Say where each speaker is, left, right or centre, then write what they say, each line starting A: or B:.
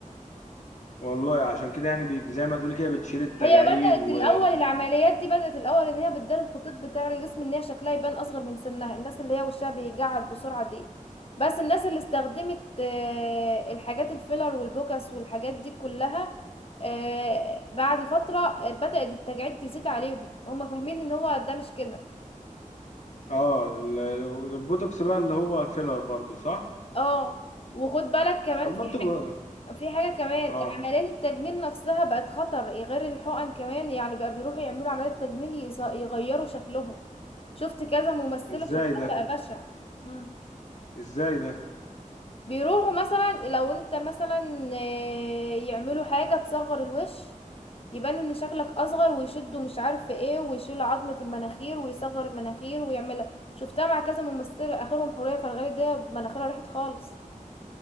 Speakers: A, on the left; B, on the left.
A: والله عشان كده يعني بي... زي ما تقولي كده بتشيل التجاعيد
B: هي بدأت
A: و
B: الأول العمليات دي بدأت الأول إن هي بتدار الخطوط بتاع الجسم إن هي شكلها يبان أصغر من سنها الناس اللي هي وشها بيجعد بسرعة دي بس الناس اللي استخدمت آه، الحاجات الفيلر والبوكس والحاجات دي كلها آه، بعد فترة آه، بدأت التجاعيد تزيد عليهم وهم فاهمين إن هو ده مش كده
A: اه ال- البوتوكس بقى اللي هو الفيلر برضو صح
B: اه وخد بالك كمان
A: طب ما
B: في
A: انتوا بقى-
B: في حاجة كمان
A: اه
B: عمليات التجميل نفسها بقت خطر غير الحقن كمان يعني بقى بيروحوا يعملوا عمليات تجميل يز- يغيروا شكلهم شفت كذا ممثلة
A: ازاي
B: شكلها
A: ده
B: بقى بشع مم.
A: ازاي ده
B: بيروحوا مثلا لو انت مثلا آه، يعملوا حاجة تصغر الوش يبان ان شكلك اصغر ويشدوا مش عارف ايه ويشيل عظمة المناخير ويصغر المناخير ويعملها شفتها مع كذا ممثلة اخرهم حورية فرغلي ده مناخيرها راحت خالص